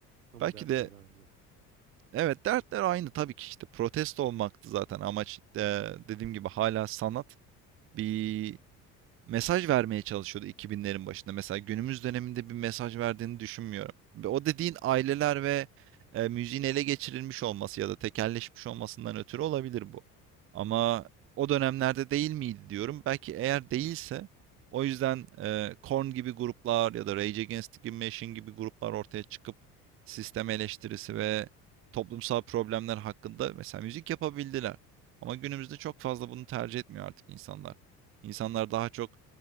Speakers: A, on the right; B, on the right.
A: Ama
B: Belki
A: dertleri
B: de
A: aynı.
B: evet dertler aynı tabii ki işte protesto olmaktı zaten amaç. Ee, dediğim gibi hala sanat bir mesaj vermeye çalışıyordu 2000'lerin başında. Mesela günümüz döneminde bir mesaj verdiğini düşünmüyorum. Ve o dediğin aileler ve e, müziğin ele geçirilmiş olması ya da tekelleşmiş olmasından ötürü olabilir bu. Ama o dönemlerde değil miydi diyorum. Belki eğer değilse o yüzden e, Korn gibi gruplar ya da Rage Against the Machine gibi gruplar ortaya çıkıp sistem eleştirisi ve toplumsal problemler hakkında mesela müzik yapabildiler. Ama günümüzde çok fazla bunu tercih etmiyor artık insanlar. İnsanlar daha çok